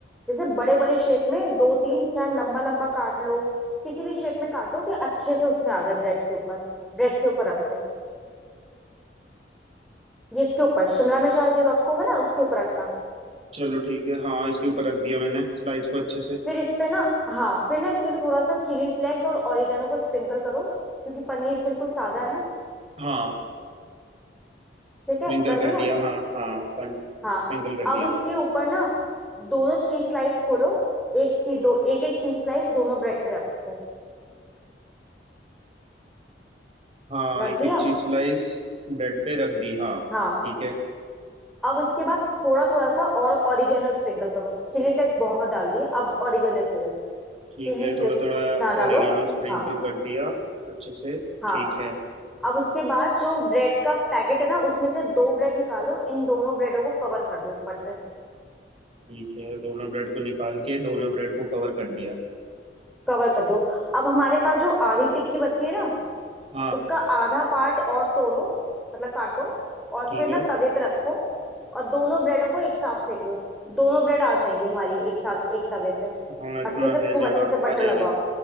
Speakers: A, in the centre; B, on the right.
A: जैसे बड़े बड़े शेप में दो तीन चाहे लंबा लंबा काट लो किसी भी शेप में काटो कि अच्छे से उसमें आ जाए ब्रेड के ऊपर ब्रेड के ऊपर रखो ये इसके ऊपर शिमला मिर्च और जो रखोगे ना उसके ऊपर रखना
B: चलो ठीक है हाँ इसके ऊपर रख दिया मैंने स्लाइस को अच्छे से
A: फिर इस पे ना हाँ फिर ना इसके ऊपर थोड़ा सा चिली फ्लेक्स और ऑरिगेनो को स्प्रिंकल करो क्योंकि पनीर बिल्कुल सादा है ना
B: हाँ
A: ठीक
B: स्प्रिंकल
A: है कर
B: कर
A: दिया
B: दिया हाँ हाँ पन
A: हाँ
B: स्प्रिंकल कर
A: अब
B: दिया
A: इसके ऊपर ना दोनों चीज स्लाइस खोलो एक चीज दो एक एक चीज स्लाइस दोनों ब्रेड पे रखो
B: हाँ
A: रख
B: एक
A: दिया
B: एक चीज स्लाइस ब्रेड पे रख दी हाँ
A: हाँ
B: ठीक है
A: अब इसके बाद थोड़ा थोड़ा सा और ऑरिगेनो स्प्रिंकल करो चिली फ्लेक्स बहुत डाल दिए अब ऑरिगेनो केवल
B: ठीक
A: चिली
B: है
A: फ्लेक्स
B: थोड़ा थोड़ा
A: ना डालो
B: ओरिगेनो स्प्रिंकल
A: हाँ
B: कर दिया अच्छे से
A: हाँ
B: ठीक है
A: अब उसके बाद जो ब्रेड का पैकेट है ना उसमें से दो ब्रेड निकालो इन दोनों ब्रेडों को कवर कर दो ऊपर से
B: ठीक है दोनों ब्रेड को निकाल के दोनों ब्रेड को कवर कर दिया
A: कवर कर दो अब हमारे पास जो आधी टिक्की बची है ना
B: हाँ
A: उसका आधा पार्ट और तोड़ो मतलब काटो और
B: ठीक
A: फिर
B: है
A: ना तवे पे रखो और दोनों ब्रेडों को एक साथ सेक लो दोनों ब्रेड आ जाएंगी हमारी एक साथ एक तवे पे
B: हाँ इतना
A: अच्छे से
B: है
A: खूब
B: जगह
A: अच्छे से बटर
B: आ जाएगी
A: लगाओ